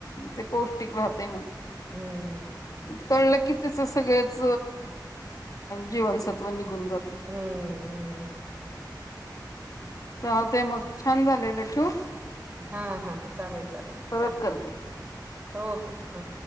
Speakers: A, on the left (about 50°); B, on the right (about 20°).
A: ते पौष्टिक राहतेय म
B: हं, हं, हं.
A: तळकी की तश सगळेच जीवनसत्व निघून जातय
B: हम्म हम्म
A: चालतय मग छान झालेलं ठेवू
B: हा हा चालेल चालेल
A: परत
B: चालेल
A: करते.
B: हो हो हा